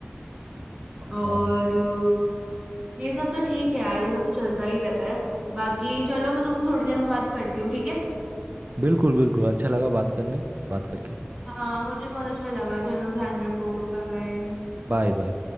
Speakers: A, on the right (about 45°); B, on the right (about 20°).
A: और
B: और अ, ये सब तो ठीक है यार ये सब तो चलता ही रहता है बाकी चलो मैं तुमसे थोड़ी देर में बात करती हूँ ठीक है
A: बिल्कुल बिल्कुल अच्छा लगा बात करने बात करके
B: हाँ मुझे बहुत अच्छा लगा चलो ध्यान रखो बाय बाय
A: Bye bye